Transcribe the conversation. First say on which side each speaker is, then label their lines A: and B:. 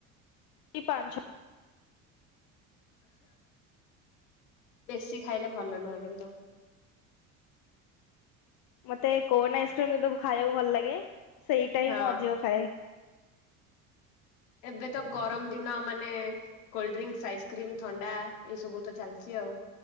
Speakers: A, on the left; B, on the left.
A: କି ପାଞ୍ଚ ଛ।
B: ବେଶୀ ଖାଇଲେ ଭଲ ନୁହଁ କିନ୍ତୁ।
A: ମତେ କୋନ ଆଇସ୍କ୍ରିମ କିନ୍ତୁ ଖାଇବାକୁ ଭଲ ଲାଗେ ସେଇଟା ହିଁ
B: ହଁ
A: ମୁଁ ଅଧିକ ଖାଏ।
B: ଏବେ ତ ଗରମ ଦିନ ମାନେ କୋଲ୍ଡ ଡ୍ରିଙ୍କ ଆଇସ୍କ୍ରିମ ଥଣ୍ଡା ଏଇ ସବୁ ତ ଚାଲିଚି ଆଉ।